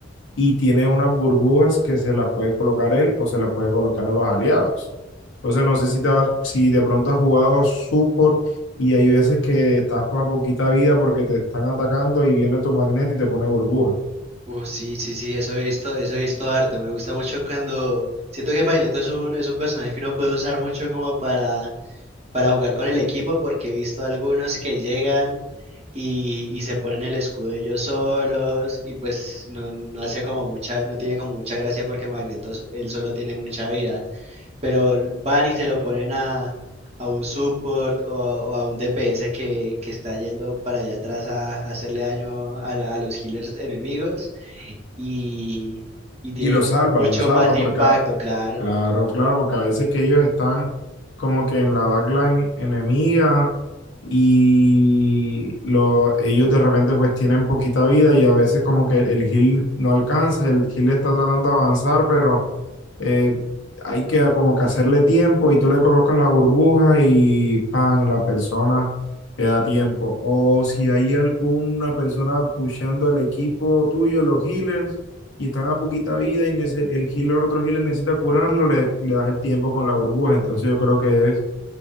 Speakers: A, on the left; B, on the right.
A: Y tiene unas burbujas que se las puede colocar él o se las puede colocar a los aliados. Entonces no sé si, te has- si de pronto has jugado support y hay veces que estás con poquita vida porque te están atacando y viene tu magneto y te pone burbuja.
B: Uh, sí, sí, sí, eso he visto, eso he visto harto. Me gusta mucho cuando siento que Magneto es un, es un personaje que uno puede usar mucho como para, para jugar con el equipo, porque he visto algunos que llegan y, y se ponen el escudo ellos solos, y pues no, no hace como mucha, no tiene como mucha gracia porque Magneto s- él solo tiene mucha vida. pero van y se lo ponen a, a un support o a, o a un DPS que, que está yendo para allá atrás a, a hacerle daño a, la- a los healers enemigos y, y tiene
A: Y lo
B: como
A: salva,
B: mucho
A: lo salva
B: más
A: porque
B: impacto, claro.
A: Claro, claro, porque a veces que ellos están como que en la backline enemiga y lo, ellos de repente pues tienen poquita vida y a veces como que el heal no alcanza, el heal está tratando de avanzar, pero eh, hay que como que hacerle tiempo y tú le colocas la burbuja y pan, la persona le da tiempo. O si hay alguna persona pushando el equipo tuyo, los healers, y están a poquita vida y nece- el healer, otro healer necesita curarlo, le, le das el tiempo con la burbuja. Entonces yo creo que es